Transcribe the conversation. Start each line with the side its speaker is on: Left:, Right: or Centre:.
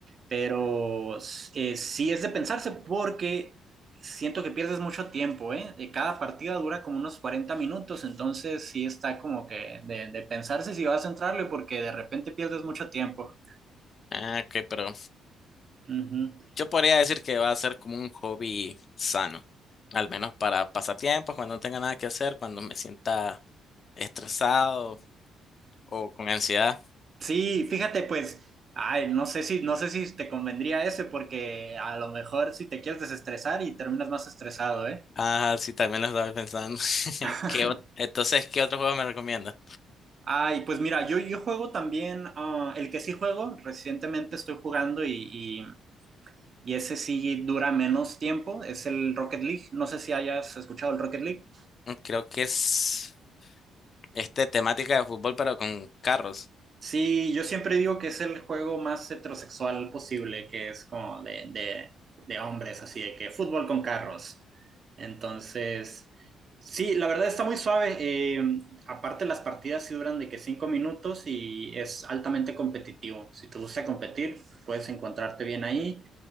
Right: pero eh, sí es de pensarse porque siento que pierdes mucho tiempo, ¿eh? Eh, Cada partida dura como unos 40 minutos, entonces sí está como que de, de pensarse si vas a entrarle porque de repente pierdes mucho tiempo.
Left: Ah, ok, pero
Right: Ujú.
Left: Yo podría decir que va a ser como un hobby sano, al menos para pasatiempos, cuando no tenga nada que hacer, cuando me sienta estresado o con ansiedad.
Right: Sí, fíjate, pues, ay, no sé si, no sé si te convendría ese, porque a lo mejor si te quieres desestresar y terminas más estresado, ¿eh?
Left: Ah, sí, también lo estaba pensando. <laughs>
Right: <laughs>
Left: ¿Qué ot- entonces, ¿qué otro juego me recomiendas?
Right: Ay, pues mira, yo, yo juego también, ah, el que sí juego, recientemente estoy jugando y, y, y ese sí dura menos tiempo, es el Rocket League. No sé si hayas escuchado el Rocket League.
Left: Mm, Creo que es este temática de fútbol, pero con carros.
Right: Sí, yo siempre digo que es el juego más heterosexual posible, que es como de, de, de hombres, así de que fútbol con carros. Entonces, sí, la verdad está muy suave. eh, aparte, las partidas sí duran de que cinco minutos y es altamente competitivo. Si te gusta competir, puedes encontrarte bien ahí.